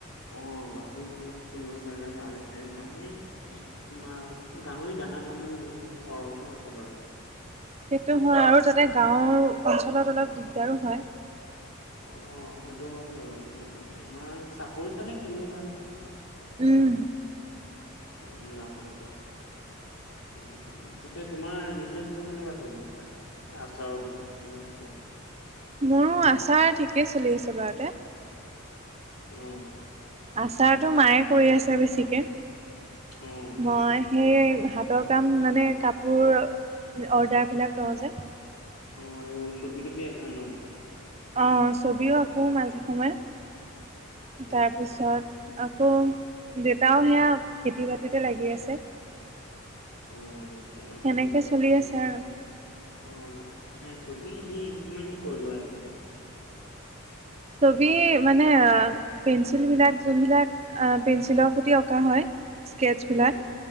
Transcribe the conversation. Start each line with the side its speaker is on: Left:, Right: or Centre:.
Left: অ' গাহৰি খ খুলিব পাৰিলে ভাল আছে, গাহৰিত মা গাহৰি দানা পানীও বহুত খৰচো আছে বাৰু।
Right: সেইটো হয়, আৰু তাতে গাঁৱৰ অঞ্চলত অলপ দিগদাৰো হয়।
Left: অ' সেইটো হয় বাৰু <unintelligible> একদ আমাৰ চাপৰি ফালে খোলিব ভাল হব।
Right: উম।
Left: উম গাঁাহৰটো। উম, পিছে তোমাৰ বিজনেছটো কেনেকুৱা চলি আছে? এ আচাৰৰ বিজনেছটো যে আছিলে।
Right: মোৰ আচাৰ ঠিকেই চলি আছে বাৰুতে।
Left: উম।
Right: আচাৰতো মায়ে কৰি আছে বেছিকে,
Left: অ',
Right: মই সেই হাতত কাম মানে কাপোৰ, অৰ্ডাৰবিলাক লওঁ যে।
Left: অ' আৰু ছবি তবি আকা ন' তুমি?
Right: অ' ছবিও আঁকো মাজে সময়ে।
Left: অ'।
Right: তাৰপিছত আকৌ, দেউতাও সেয়া খেতি বাতিতে লাগি আছে।
Left: অ' আচ্ছা,
Right: সেনেকে
Left: উম,
Right: চলি
Left: উ, উম।
Right: আছে আৰু
Left: অ' মানে ছবি এনেই কিমানকে লোৱা এখনত?
Right: ছবি মানে আ পেঞ্চিলবিলাক যোনবিলাক পেঞ্চিলৰ সৈতে অঁকা হয় স্কেটছবিলাক,
Left: উম,